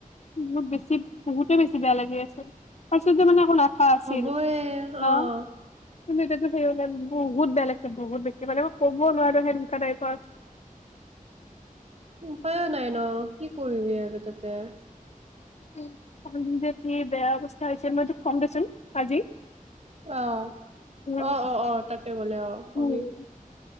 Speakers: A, on the left (about 50°); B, on the right (about 45°).
A: বহুত বেছি বহুতে বেছি বেয়া লাগি আছে। আচলতে মানে শুনা হা আছিল
B: হ'বয়ে
A: ন।
B: অ'।
A: কিন্তু এতিয়াতো বহুত বেয়া লাগছে বহুত একেবাৰে মই ক'ব নোৱাৰো সেনেকুৱা টাইপত।
B: উপায়ো নাই ন কি কৰিবি আৰু তাতে।
A: কি বেয়া অৱস্থা হৈ হৈছে মই তোক কম দেচোন আজি।
B: অ',
A: উম
B: অ', অ', অ', তাতে গ'লে অ' কবি।
A: উম